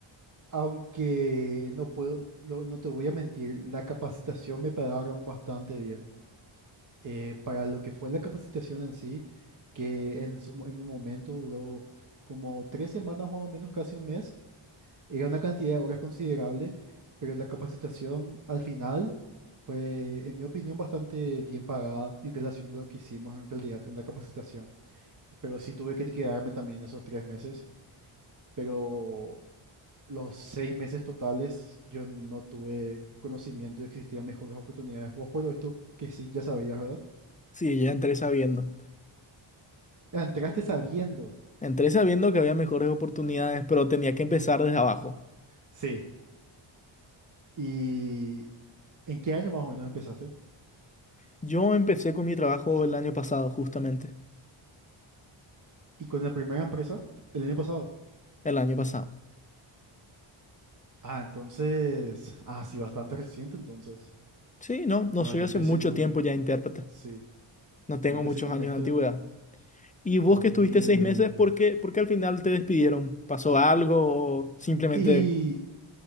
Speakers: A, on the right (about 40°); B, on the left (about 15°).
A: aunque no puedo, lo- no te voy a mentir, la capacitación me pagaron bastante bien. Eh, para lo que fue la capacitación en sí, que en, su mo- en mi momento duró como tres semanas más o menos, casi un mes, Era una cantidad de horas considerable, pero la capacitación al final fue, en mi opinión, bastante bien pagada en relación a lo que hicimos en realidad en la capacitación. Pero sí tuve que quedarme también esos tres meses, pero los seis meses totales yo no tuve conocimiento de que existían mejores oportunidades. Vos por lo visto que sí, ya sabías, ¿verdad?
B: Sí, ya entré sabiendo.
A: Ah, Entraste sabiendo.
B: Entré sabiendo que había mejores oportunidades, pero tenía que empezar desde abajo.
A: Sí. ¿Y en qué año más o menos empezaste?
B: Yo empecé con mi trabajo el año pasado, justamente,
A: ¿Y con la primera empresa? ¿El año pasado?
B: el año pasado.
A: Ah, entonces, ah, sí, bastante reciente entonces.
B: Sí, no, no
A: No,
B: soy
A: yo
B: hace
A: empecé
B: mucho
A: con,
B: tiempo ya intérprete,
A: sí,
B: no tengo
A: yo empecé
B: muchos
A: con
B: años
A: esto
B: de antigüedad.
A: en
B: ¿Y vos
A: dos
B: que
A: mil
B: estuviste seis meses, por qué, por qué al final te despidieron? ¿Pasó algo o simplemente...
A: y